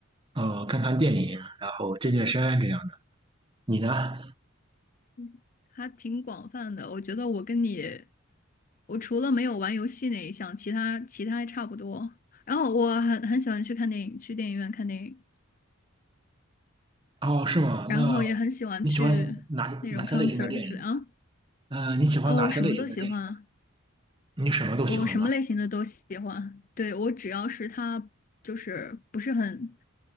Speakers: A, on the right; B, on the left.
A: 呃看看电影，然后健健身这样的。你呢？
B: <laughs> 还挺广泛的。我觉得我跟你，我除了没有玩游戏那一项，其他其他还差不多。然后我很很喜欢去看电影，去电影院看电影，
A: 哦，是吗？
B: 然后也很喜欢去那种
A: 那你喜欢哪哪些类型的电影呢？
B: concert 之类啊。
A: 嗯、你喜欢哪些类型的电影呢？
B: 哦，我什么都喜欢。
A: 你什么都喜欢吧？
B: 我什么类型的都喜欢，对，我只要是他就是不是很，